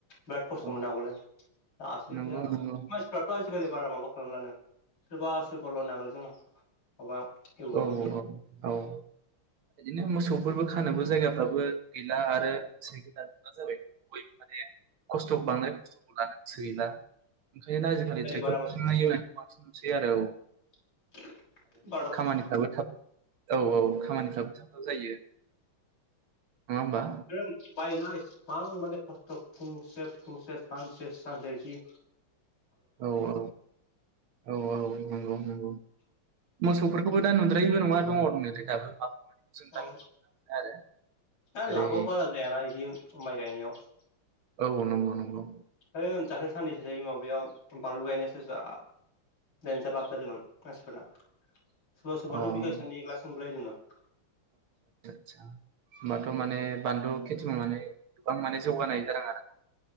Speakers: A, on the left; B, on the right.
A: बिराद खस्थ'
B: औ
A: मोन आगौल दासो एसे
B: नंगौ नंगौ
A: मानसिफ्राथ' आजिखालि बारा माबा खालामलानो सोरबा सोरबााल' नगोल जों माबा एवो
B: औ
A: है
B: औ औ बिदिनो मोसौफोरबो खानोबो जायगाफ्राबो गैला आरो गोसैबो गोदान जाबाय बयबो माने खस्थ' बांद्राय खस्थ'खौ लानो गोसो गैला ओंखायनो आजिखालि ट्रेक्टरफोरजोंहाय
A: बारा मानसिफोर
B: एउनायखौ बांसिन बै आरो औ
A: <unintelligible>
B: मानसिफ्राबो थाब औ औ खामानिफ्राबो थाबथाब जायो नङा होमबा
A: ओं बायनाय फां माने खस्थ' फुंसे फुंसे सानसे सानजायदि
B: औ-औ औ-औ नंगौ-नंगौ मोसौफोरखौबो दा नुद्रायिबो नङा दङ दङनायाला दाबो। जों गामिफ्राव
A: औ
B: आरो
A: ओ
B: ओरै
A: लाबबो बारा जायानादि माइ गायनायाव
B: औ नंगौ-नंगौ
A: है दाख्लै साननैसो जायो माबायाव बानलु गायनायासो जा देन्जार लाब जादोंमोन मानसिफोरना। सोरबा सोरबाथ'
B: अ
A: बिगासेनि एग्लाकसिम मोनलायदोंनो।
B: होनबाथ' माने बानलु खेथि मावनानै गोबां माने जौगानाय जादों आरोना?